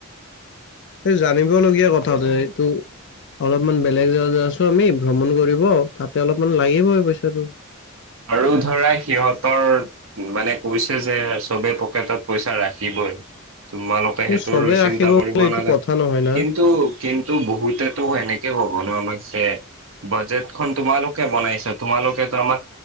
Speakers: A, on the left; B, on the right.
A: এই জানিব লগগীয়া কথা যে এইটো অলপমান বেলেগ জেগা যায় আছো আমি ভ্ৰমণ কৰিব তাতে অলপমান লাগিবই পইচাটো।
B: আৰু ধৰা সিহঁতৰ মানে কৈছে যে চবে পকেটত পইচা ৰাখিব হয়। তোমালোকে
A: কিন্তু
B: সেইটোৰ
A: চবে ৰাখিব
B: চিন্তা কৰিব
A: বোলে এইটো
B: নালাগে।
A: কথা নহয় না
B: কিন্তু কিন্তু বহুতেতো সেনেকে কিয় ক'ব নো আমাক যে বাজেটখনন তোমালোকে বনাইছা। তোমালোকেতো আমাক